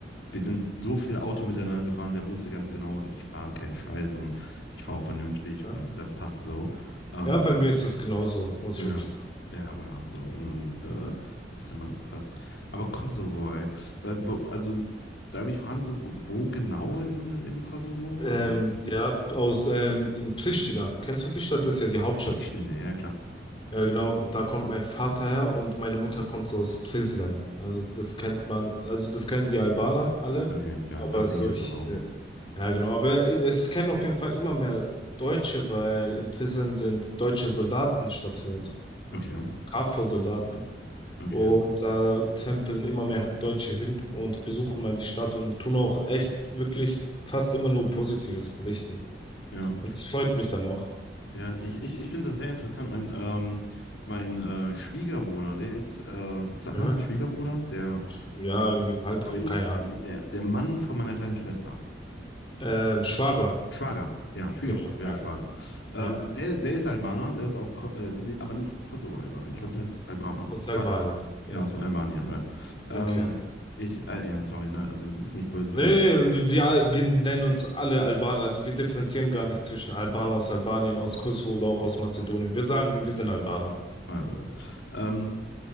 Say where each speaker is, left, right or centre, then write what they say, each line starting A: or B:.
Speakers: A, on the left; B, on the left.
A: wir sind so viel Auto miteinander gefahren, der wusste ganz genau, ich fahre keinen Scheiß und ich fahre auch vernünftig
B: ja.
A: und das passt so. Ähm,
B: Ja, bei mir ist es genauso, muss
A: ja,
B: ich wirklich sagen.
A: ja, aber da so. Und dann äh,
B: Ja,
A: hat es immer gepasst. Aber Kosovo, ey. Wa- wo- Also, darf ich fragen, so, wo, wo genau in, im Kosovo?
B: ähm,
A: Also,
B: ja aus ähm, in Pristina. Kennst du die Stadt? Das ist ja die Hauptstadt.
A: Pristina, ja, klar.
B: Ja, genau, da kommt mein Vater her und meine Mutter kommt so aus Prizren. Also das kennt man, also das kennen die Albaner alle,
A: Okay, ja,
B: aber
A: sagt mir
B: so
A: jetzt
B: ich,
A: aber auch
B: äh,
A: nichts.
B: ja genau, aber äh, es kennen auf jeden Fall immer mehr Deutsche, weil in Prizren sind deutsche Soldaten stationiert,
A: Okay,
B: KFOR-Soldaten.
A: okay.
B: Und da tempeln immer mehr Deutsche hin und besuchen mal die Stadt und tun auch echt wirklich fast immer nur Positives berichten.
A: Ja,
B: Und das freut mich dann auch.
A: ja, ich, ich, ich finde das sehr interessant. Mein, ähm, mein äh, Schwiegerbruder, der ist, äh, sagt
B: Aha.
A: man das, Schwiegerbruder? Der,
B: Ja,
A: der
B: irgendwie halb,
A: Freund,
B: keine Ahnung.
A: nee, der, der Mann von meiner kleinen Schwester.
B: Ähm, Schwager,
A: Schwager, ja, Schwiegerbruder,
B: genau,
A: ja,
B: ja,
A: Schwager. Ähm,
B: ja,
A: Ja. der, der ist Albaner, der ist auch, Ko äh, nee, aber nicht Kosovo-Albaner, ich glaube, der ist Albaner.
B: aus
A: Ich
B: Albanien.
A: weiß-
B: Äh,
A: Ja, aus Albanien, right. Ähm,
B: Okay.
A: ich, äh, ja, sorry, ne, also es ist nicht böse gemeint.
B: Nee,
A: Ich,
B: nee, wir, wir all- wir nennen uns alle Albaner, also wir differenzieren gar nicht zwischen Albaner aus Albanien, aus Kosovo oder auch aus Mazedonien. Wir sagen,
A: Hm,
B: wir sind Albaner.
A: warte, warte. Ähm,